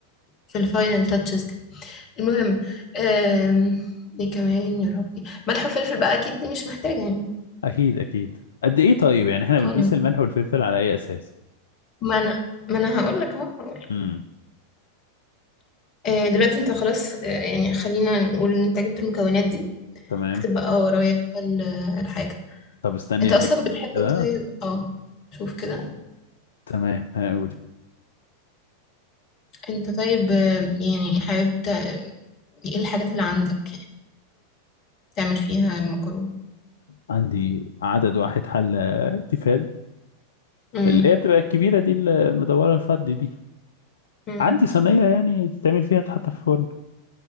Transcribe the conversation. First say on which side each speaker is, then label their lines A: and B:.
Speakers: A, on the left; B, on the left.
A: في الفاينل تاتشز كده المهم آم، ايه كمان يا ربي ملح وفلفل بقى أكيد دي مش محتاجة يعني
B: اكيد اكيد قد ايه طيب يعني احنا
A: خلاص
B: بنقيس الملح والفلفل على اي اساس
A: ما أنا ما أنا هقولك أهو هقولك
B: امم
A: آه، دلوقتي انت خلاص آه، يعني خلينا نقول ان انت جبت المكونات دي
B: تمام
A: اكتب بقى ورايا بقى ال- الحاجة
B: طب استني
A: انت اصلا
B: هجيب
A: بتحب
B: كده
A: طيب اه شوف كده
B: تمام هقول
A: انت طيب آه، يعني حابب ت- ايه الحاجات اللي عندك يعني تعمل فيها المكرونة
B: عندي عدد واحد حلة تيفال
A: امم
B: اللي هي بتبقى الكبيرة دي المدورة الفضي دي
A: امم
B: عندي صينية يعني تتعمل فيها تتحط في الفرن